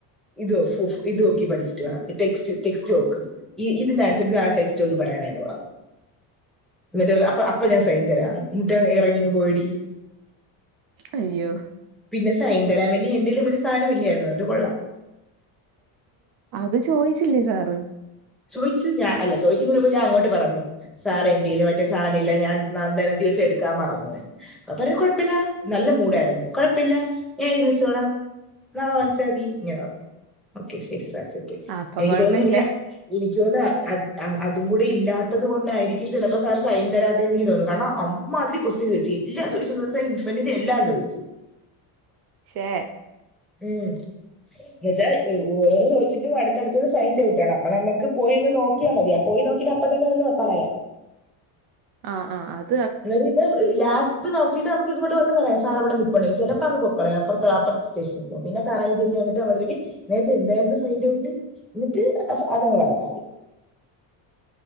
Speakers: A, in the centre; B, on the right.
A: ഇത് ഫു ഫു ഇത് നേക്കി പഠിച്ചിട്ട് വാ ടെസ്റ്റ് ടെക്സ്റ്റ് വോക്ക് ഇതിന്റെ ആൻസർ നാളെ ടെക്സ്റ്റ് നേക്കി പറയണേ എന്ന് പറഞ്ഞു എന്നിട്ട് അപ്പ അപ്പ ഞാൻ സൈന് തരാന്ന് എന്നിട്ട ഇറങ്ങിങ് പോയിടി
B: അയ്യോ
A: പിന്നെ സൈൻ തരാൻ വേണ്ടി എന്തേലും ഒരു സാധനം ഇല്ലായിരുന്നു അന്റെ കൊള്ളാം
B: അത് ചോയിച്ചില്ലേ സാറ്
A: ചോയിച്ച് ഞാ അല്ല ചോദിക്കുന്നുമ്പ് ഞാൻ അങ്ങോട്ട് പറഞ്ഞു സാർ എന്റെയിൽ മറ്റേ സാനില്ല ഞാൻ നാതനെത്തിൽ വെച്ച് എടുക്കൻ മറന്നു പോയി അപ്പം പറഞ്ഞു കുഴപ്പില്ല നല്ല മൂടായിരുന്നു കൊഴപ്പില്ല ഞാൻ എഴുതി വെച്ചോളാം നാളെ വാങ്ങിച്ചാൽ മതി ഇങ്ങനെ ഓക്കെ ശരി സാർ സെറ്റ്
B: ആ, അപ്പൊ
A: എനിക്ക്
B: കൊഴപ്പില്ല
A: തോന്നി ഇനി എനിക്ക് തേന്ന അതും കൂടി ഇല്ലാത്തത് കൊണ്ടായിരിക്കും ചിലപ്പോ സാർ സൈൻ തരാത്തന്ന് എനിക്ക് തോന്നുന്നു കാരണം അമ്മാ ഒരു ക്വസ്റ്റ്യൻ ചോദിച്ചു എല്ലാം ചോദിച്ചു വെച്ചാ ഇൻഫണ്ടിന്റെ എല്ലാം ചോദിച്ചു
B: ക്ഷെ
A: ഉം എന്ന് വെച്ചാ ഓരോന്ന് ചോദിച്ചിട്ടും അടുത്തടുത്തത് സായിന്റ് ഔട്ടാണം നമുക്ക് പോയി നോ ക്കിയാ മതി പോയി നോക്കിട്ട് അപ്പതന്നെന് ചെന്ന് പറയാം
B: ആഹ് ആഹ് അ
A: എന്നിട്ട് ലാപ്പ്നോകിട്ട് നമക്ക് ഇങ്ങോട്ട് വന്നുപറയാം സാർ അവിടെ നിൽപ്പോടെന്ന് ചിലപ്പോ അങ് പോയ്ക്കളേയ് അപ്പുറത്ത് അപ്പറ സ്റ്റേഷനിൽ പോവും പിന്നെ കറങ്ങി തിരിഞ് വന്നിട്ട് നമ്മുടെ അടുത്തേക്ക് നേരത്തെ എന്തായിരുന്നു ഫൈൻറ് ഔട്ട് എന്നിട്ട് അതങ്ങ് പറഞാ മതി